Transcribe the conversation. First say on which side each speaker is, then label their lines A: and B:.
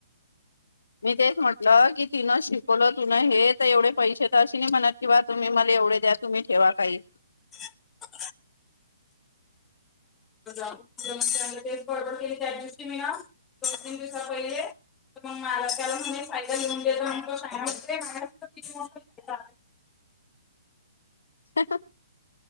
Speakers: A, on the left (about 80°); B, on the left (about 15°).
A: मी तेच म्हटलं की तिनं शिकवलं तुनं हे तर एवढे पैसे तर अशी नाही म्हणत किंवा तुम्ही मला एवढे द्या तुम्ही ठेवा काही
B: <inaudible> ऑर्डर केली त्याच दिवशी मी ना दोन तीन दिवसा पहिले तर मग मला फायदा घेऊ दे किती फायदा
A: <inaudible>